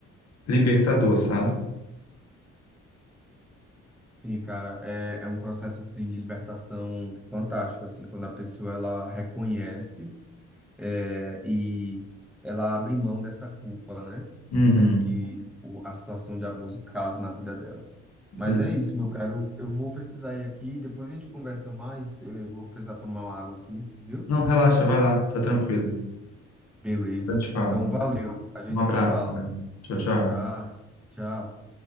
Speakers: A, on the left; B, in the centre.
A: libertador, sabe?
B: Sim, cara, é, é um processo assim de libertação fantástico, assim, quando a pessoa ela reconhece é, e ela abre mão dessa culpa, né?
A: Uhum.
B: É, que o- a situação de abuso causa na vida dela. Mas
A: Ex-
B: é isso, meu caro. Eu vou precisar ir aqui. Depois a gente conversa mais. Eu vou precisar tomar uma água aqui, viu?
A: Não, relaxa, vai lá, tá tranquilo.
B: Beleza.
A: A gente fala.
B: Então, valeu. A gente
A: Um abraço,
B: se fala.
A: cara. Tchau, tchau.
B: Um abraço. Tchau.